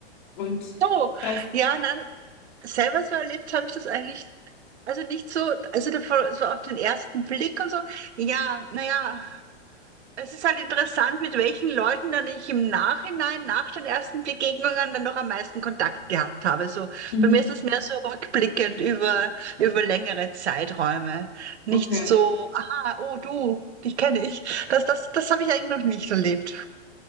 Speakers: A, on the left; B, on the right.
A: Und ich
B: So,
A: weiß,
B: ja, nein, selber so erlebt habe ich das eigentlich, also nicht so, also davor, so auf den ersten Blick und so. Ja, naja, Es ist halt interessant, mit welchen Leuten dann ich im Nachhinein, nach den ersten Begegnungen, dann noch am meisten Kontakt gehabt habe. So,
A: mhm,
B: bei mir ist das mehr so rückblickend über, über längere Zeiträume. Nicht
A: okay.
B: so, aha, oh du, dich kenne ich. Das, das, das habe ich eigentlich noch nicht erlebt.